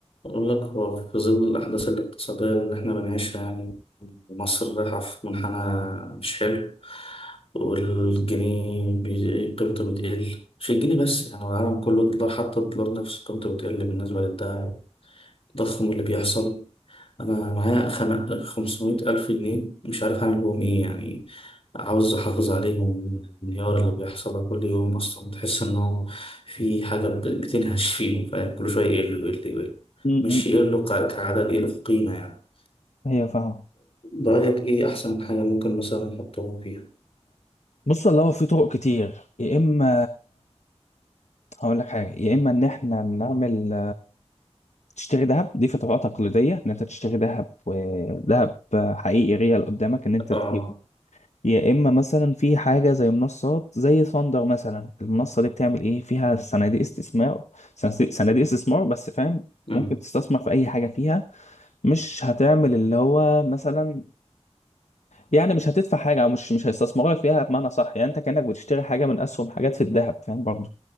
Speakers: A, on the left; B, on the left.
A: أقول لك هو في ظل الأحداث الاقتصادية اللي إحنا بنعيشها يعني مصر رايحة في منحنى مش حلو والجنيه بي- قيمته بتقل مش الجنيه بس يعني العالم كله الدولار حتى الدولار نفسه قيمته بتقل بالنسبة للدعم التضخم اللي بيحصل أنا معايا خم... خمسمائة ألف جنيه مش عارف أعمل بهم إيه يعني عاوز أحافظ عليهم من الانهيار اللي بيحصل ده كل يوم أصلا بتحس إنه في حاجة بت- بتنهش فيهم فاهم كل شوية يقل يقل يقل
B: م-
A: مش
B: م-
A: يقل ك- كعدد يقل في قيمة يعني
B: هي فاهمة
A: فرأيك إيه أحسن حاجة ممكن مثلا نحطهم فيها؟
B: بص والله هو في طرق كتير يا اما هقول لك حاجه يا اما ان احنا نعمل تشتري ذهب دي في طريقه تقليديه ان انت تشتري ذهب ذهب حقيقي ريال قدامك ان انت
A: آه
B: تجيبه يا اما مثلا في حاجه زي منصات زي ثاندر مثلا المنصه دي بتعمل ايه فيها صناديق استثمار صناديق صناديق استثمار بس فاهم
A: أمم.
B: ممكن تستثمر في اي حاجه فيها مش هتعمل اللي هو مثلا يعني مش هتدفع حاجه او مش مش هيستثمروا لك فيها بمعنى صح يعني انت كانك بتشتري حاجه من اسهم حاجات في الذهب فاهم برضو